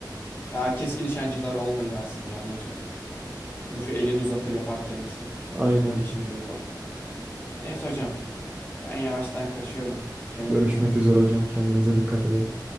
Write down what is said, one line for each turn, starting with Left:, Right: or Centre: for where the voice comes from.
Left: Ya keskin nişancılar olmayı versin ya ne olacak? Luffy elini uzatır yapar kendisi.
Right: Aynen.
Left: Kendi işini görür o. Neyse hocam ben yavaştan kaçıyorum. Kendine
Right: Görüşmek
Left: dikkat et.
Right: üzere hocam. Kendinize dikkat edin.